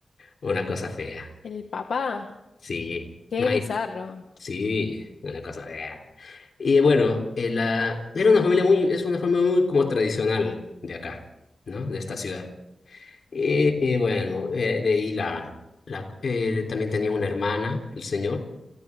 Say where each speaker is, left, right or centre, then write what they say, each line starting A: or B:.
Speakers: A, on the left (about 60°); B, on the left (about 80°).
A: una cosa fea,
B: el papá,
A: sí.
B: qué
A: No,
B: bizarro.
A: Sí, una cosa vea. Y bueno, eh, la, era una familia muy, es una familia muy como tradicional de acá, ¿no? De esta ciudad. Y, y bueno, eh, de ahí la, la eh, también tenía una hermana, el señor,